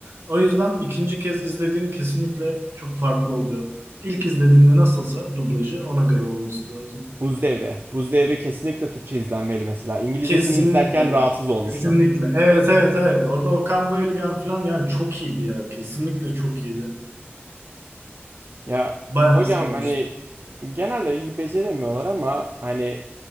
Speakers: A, on the right (about 70°); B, on the right (about 55°).
A: O yüzden ikinci kez izlediğin kesinlikle çok farklı oluyor. İlk izlediğinde nasılsa dublajı ona göre olması lazım.
B: Buz Devri. Buz Devri kesinlikle Türkçe izlenmeli mesela. İngilizcesini
A: Kesinlikle.
B: izlerken rahatsız olmuştum.
A: Kesinlikle. Evet evet evet. Orada Okan Bayülgen falan yani çok iyiydi ya. Kesinlikle çok iyiydi.
B: Ya
A: Bayağı
B: hocam
A: sevmiştim.
B: hani genelde iyi beceremiyorlar ama hani